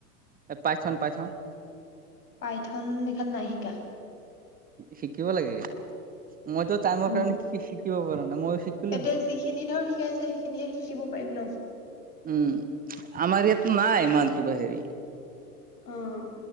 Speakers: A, on the right; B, on the left.
A: এ পাইথন-পাইথন
B: পাইথন এখন নাই শিকা।
A: শিকিব লাগে এই কেইটা মইতো টাইমৰ
B: উম
A: কাৰণে শিকিব পৰা নাই মই শিকিলোঁ
B: এতিয়া
A: হয়।
B: যিখিনি ধৰ শিকাইছে সেইখিনিহে শিকিব পাৰিম ন
A: উম আমাৰ ইয়াততো নাই ইমান কিবা হেৰি।
B: অ'